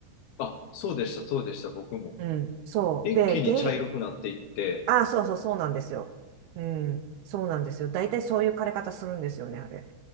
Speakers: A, on the left (about 75°); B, on the right (about 75°).
A: あ、そうでした、そうでした、僕も。
B: うん、そう。
A: 一気に茶色くなっていって、
B: で、原因、あ、そうそう、そうなんですよ。うん、そうなんですよ。大体そういう枯れ方するんですよね、あれ。